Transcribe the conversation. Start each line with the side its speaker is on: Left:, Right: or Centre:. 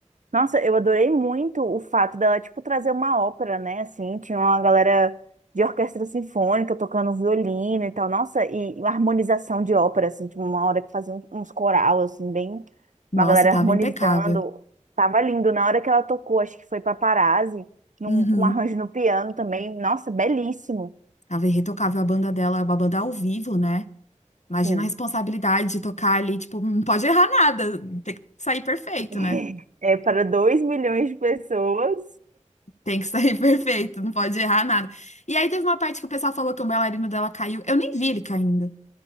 Right: Nossa, eu adorei muito o fato dela, tipo, trazer uma ópera, né? Assim, tinha uma galera de orquestra sinfônica tocando violino e tal. Nossa, e harmonização de ópera, assim, tipo, uma hora que fazia um, uns coral, assim, bem...
Left: Nossa,
Right: Uma galera
Left: tava
Right: harmonizando.
Left: impecável.
Right: Tava lindo. Na hora que ela tocou, acho que foi Paparazzi, num,
Left: Uhum.
Right: com arranjo no piano também. Nossa, belíssimo.
Left: Tava irretocável a banda dela, é uma banda ao vivo, né? Imagina
Right: Sim.
Left: a responsabilidade de tocar ali, tipo, não pode errar nada, tem que sair perfeito,
Right: <laughs>
Left: né?
Right: É para dois milhões de pessoas.
Left: Tem que sair <laughs> perfeito, não pode errar nada. E aí teve uma parte que o pessoal falou que o bailarino dela caiu. Eu nem vi ele caindo.